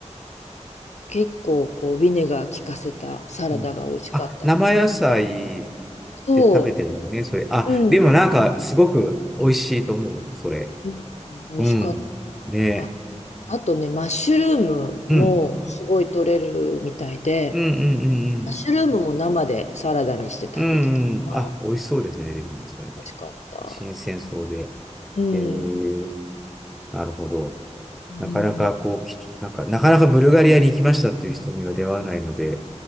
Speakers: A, on the left; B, in the centre.
A: 結構こう、ビネガー効かせたサラダが美味しかったですね。
B: うん。あ、生野菜
A: そ
B: で食べてるのね、それ。あ、
A: ううん
B: でもなんか、すごく美味しいと思う、それ。
A: う、ん、美味しかった。
B: うん。ねえ
A: あ、あとね、マッシュルームもすごい取れるみたいで、
B: うん。うんうんうんうん。
A: マッシュルームも生でサラダにして食べてたかな。
B: うんうん。あ、美味しそうですね、でもね、それね。
A: 美味しかった。
B: 新鮮そうで。
A: うん。
B: えー、
A: うん
B: なるほど。
A: うん
B: なかなかこう、きなんか、なかなかブルガリアに行きましたっていう人には出会わないので、